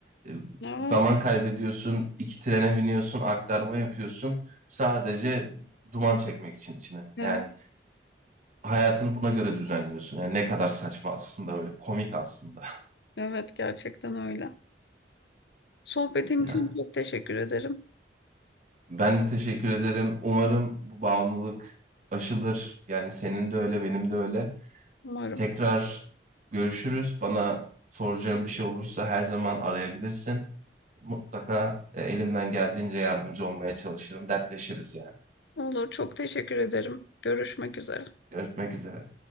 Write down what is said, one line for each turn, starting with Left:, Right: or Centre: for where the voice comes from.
Right: e,
Left: Evet,
Right: zaman kaybediyorsun, iki trene biniyorsun, aktarma yapıyorsun sadece duman çekmek için içine.
Left: evet,
Right: Yani hayatını buna göre düzenliyorsun. Yani ne kadar saçma aslında böyle komik aslında. <laughs>
Left: evet gerçekten öyle. Sohbetin
Right: Yani
Left: için çok teşekkür ederim.
Right: ben de teşekkür ederim. Umarım bu bağımlılık aşılır. Yani senin de öyle, benim de öyle.
Left: Umarım.
Right: Tekrar görüşürüz. Bana soracağın bir şey olursa her zaman arayabilirsin. Mutlaka e, elimden geldiğince yardımcı olmaya çalışırım. Dertleşiriz yani.
Left: Olur, çok teşekkür ederim. Görüşmek üzere.
Right: Görüşmek üzere.